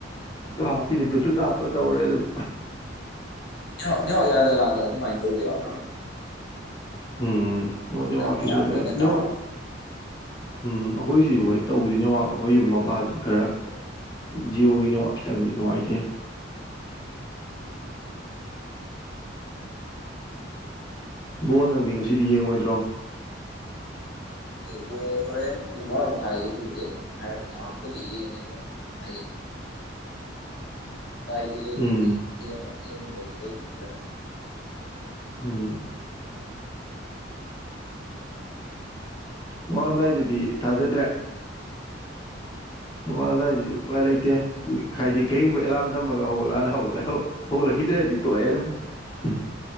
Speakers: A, on the left; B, on the left.
A: ꯍꯥꯞꯄꯤꯅꯤ ꯕ꯭ꯂꯨꯇꯨꯠ ꯍꯥꯞꯄ ꯇꯧꯔꯦ ꯑꯗꯨꯝ
B: ꯅꯤꯋꯥ ꯅꯦꯋꯥꯛ ꯌꯥꯗ ꯌꯥꯗꯀꯥꯟꯗ ꯀꯃꯥꯏꯅ ꯇꯧꯕ ꯌꯥꯎ
A: ꯎꯝ ꯑꯣꯅꯦꯁꯤ
B: ꯑꯃꯅ ꯌꯥꯝ
A: ꯎꯝ
B: ꯄꯤꯛꯅ ꯇꯥꯕ
A: ꯑꯩꯈꯣꯏꯁꯤ ꯍꯣꯏ ꯇꯧꯗꯅꯦ ꯑꯩꯈꯣꯏꯒꯤ ꯃꯄꯥꯁꯤ ꯈꯔ ꯖꯤꯑꯣꯒꯤꯅꯦ ꯈꯤꯇꯪꯗꯤ ꯅꯨꯡꯉꯥꯏꯇꯦ ꯕꯣꯜ ꯅꯪꯗꯤ ꯉꯁꯤꯗꯤ ꯌꯦꯡꯉꯣꯏꯗ꯭ꯔꯣ
B: ꯕꯨ ꯍꯣꯔꯦꯟ ꯇꯨꯝꯕꯔ ꯃꯈ ꯍꯥꯏꯒ ꯑꯗꯨꯗꯤ ꯑꯗꯨꯝ ꯍꯥꯏꯔ ꯉꯄꯗꯤ ꯌꯦꯡꯉ ꯑ ꯍꯥꯏꯗꯤ
A: ꯎꯝ
B: <inaudible> <inaudible>
A: ꯎꯝ ꯅꯣꯡꯉꯔꯝꯗꯥꯏꯗꯨꯗꯤ ꯊꯥꯖꯗ꯭ꯔꯦ ꯅꯣꯡꯉꯥꯜꯂꯝꯗꯥꯏꯗꯖꯨ ꯎꯄꯥꯏ ꯂꯩꯇꯦ ꯍꯥꯏꯗꯤ ꯀꯩꯒꯨꯝꯕ ꯑꯦꯂꯥꯔꯝ ꯊꯝꯃꯒ ꯍꯧꯒꯠꯂꯛꯑꯅ ꯍꯧꯒꯠ ꯍꯧꯒꯠꯂꯛꯈꯤꯗ꯭ꯔꯗꯤ ꯇꯣꯛꯑꯦ ꯑꯗꯨꯝ ꯁꯤꯔꯤ